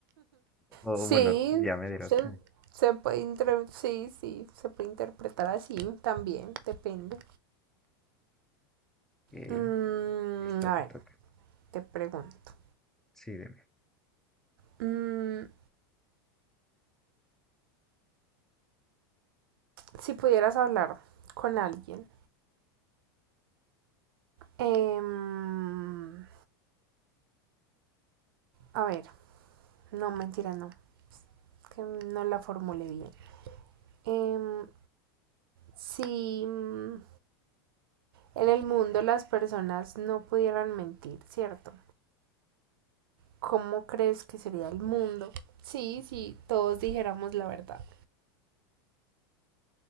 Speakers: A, in the centre; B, on the right.
A: O
B: Sí,
A: bueno, ya me dirás
B: se,
A: tú.
B: se puede inter- sí, sí, se puede interpretar así también, depende.
A: Ok,
B: Mm,
A: listo,
B: a
A: te
B: ver,
A: toca.
B: te pregunto,
A: Sí, dime.
B: mm, si pudieras hablar con alguien, em, a ver, no, mentira, no, que no la formule bien. Em, si mm, en el mundo las personas no pudieran mentir, ¿cierto? ¿Cómo crees que sería el mundo? Sí, sí, todos dijéramos la verdad.